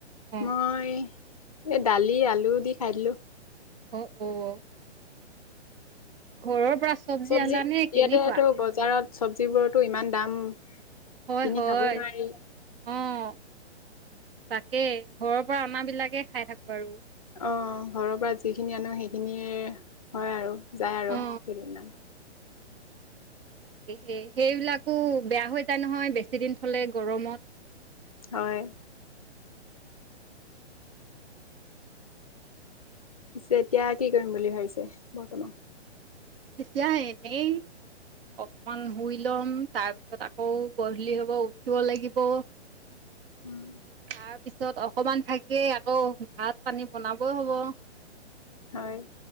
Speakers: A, on the right; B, on the left.
A: অ
B: মই এ, দালি আলু দি খাই দিলো
A: অ', অ', ঘৰৰ পৰা
B: চব্জি
A: আলা
B: ইয়াতে
A: নে কিনি
B: হয়টো
A: খোৱা
B: বজাৰত চব্জিবোৰতো ইমান দাম
A: হয়,
B: কিনি
A: হয়,
B: খাবই নোৱাৰি
A: অহ তাকে ঘৰৰ পৰা আমাৰ বিলাকে খাই থাকো আৰু
B: অ', ঘৰৰ পৰা যিখিনি আনো সেইখিনিয়ে হয় আৰু যায় আৰু
A: অ
B: সেইদিনা <unintelligible>
A: তাকেহে, সেইবিলাকো বেয়া হৈ যায় নহয় বেছি দিন থলে গৰমত
B: হয় পিছে, এতিয়া কি কৰিম বুলি ভাবিছে বৰ্তমান
A: এতিয়া এনে ই অকমান শুই লম, তাৰ পিছত আকৌ গধূলি হ'ব উঠিব লাগিব
B: উম,
A: তাৰ পিছত অকমান থাকিয়েই আকৌ ভাত পানী বনাবই হ'ব
B: হয়,